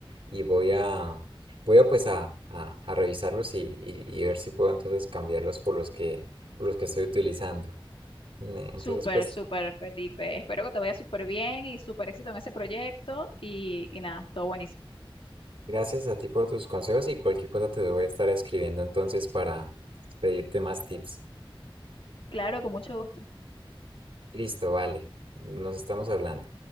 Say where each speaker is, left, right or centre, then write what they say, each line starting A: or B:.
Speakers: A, on the right; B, on the left.
A: y voy a, voy a pues a, a- a revisarlos y, y- y ver si puedo entonces cambiarlos por los que, por los que estoy utilizando. Ne- Entonces,
B: Súper,
A: pues,
B: súper, Felipe. Espero que te vaya súper bien y súper éxito en ese proyecto y, y nada, todo buenísimo.
A: gracias a ti por tus consejos y cualquier cosa te voy a estar escribiendo entonces para pedirte más tips.
B: Claro, con mucho gusto.
A: Listo, vale. Nos estamos hablando.